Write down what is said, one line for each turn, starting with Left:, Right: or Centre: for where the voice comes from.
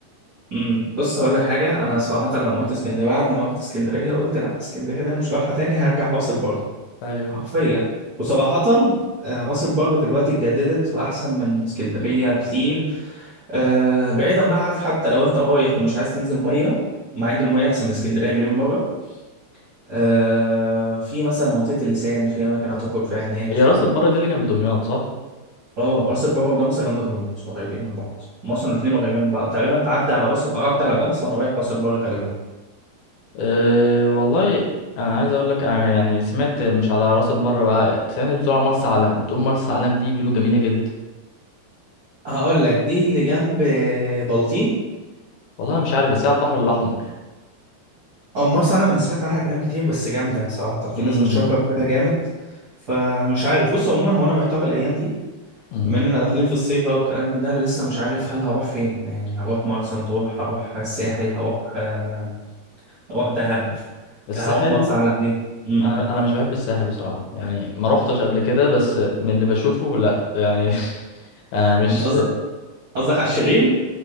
Right: امم بص هقول لك حاجه انا صراحه لما رحت اسكندريه بعد ما رحت اسكندريه قلت لا اسكندريه ده أنا مش رايحه تاني هرجع راس البر
Left: ايوه
Right: حرفيا وصراحه آه، راس البر دلوقتي اتجددت واحسن من اسكندريه كتير آه، بعيدا بقى عارف حتى لو انت رايح ومش عايز تنزل ميه مع ان الميه احسن من اسكندريه مليون مره آه، في مثلا منطقه اللسان في اماكن هتخرج فيها هناك
Left: هي راس البر دي اللي كان بدمياط صح
Right: اه راس البر وجمصة جنب دمياط قريبين من بعض هم اصلا الاثنين قريبين من بعض تقريبا بعدي على راس بعدي على جمصة وانا رايح راس البر غالبا
Left: أه والله انا عايز اقول لك انا يعني سمعت مش على راس البر بقى سمعت بتقول على مرسى علم بتقول مرسى علم دي بيقولوا جميله جدا
Right: هقول لك دي اللي جنب بلطيم
Left: والله أنا مش عارف بس هي على البحر الاحمر
Right: او مرسى علم انا سمعت عنها كلام كتير بس جامده صراحه في
Left: امم
Right: ناس بتشكر فيها جامد فمش عارف بص عموما هو انا محتار الايام دي
Left: امم
Right: بما اننا داخلين في الصيف بقى والكلام من ده انا لسه مش عارف هل هروح فين يعني هروح مرسى مطروح هروح الساحل هروح آه، هروح دهب
Left: الساحل
Right: هروح مرسى علم دي م
Left: انا
Right: -م.
Left: انا مش بحب الساحل بصراحه يعني ما روحتش قبل كده بس من اللي بشوفه لا يعني <laughs> انا مش
Right: انت قصدك قصدك على الشرير